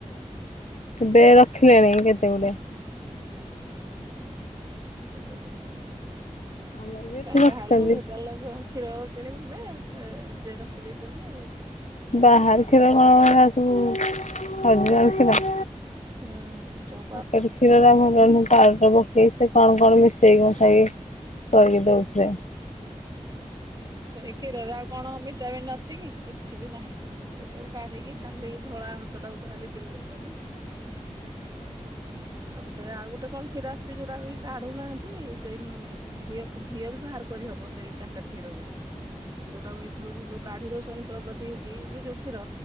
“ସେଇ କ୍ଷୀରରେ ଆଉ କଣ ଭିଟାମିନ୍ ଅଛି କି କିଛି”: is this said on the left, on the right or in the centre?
Right